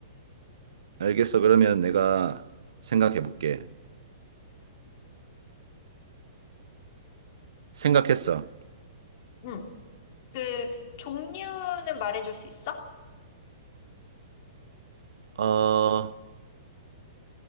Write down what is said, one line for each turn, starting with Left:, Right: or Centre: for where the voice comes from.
Right: 알겠어. 그러면 내가 생각해 볼게. 생각했어.
Left: 응. 그 종류는 말해줄 수 있어?
Right: 어,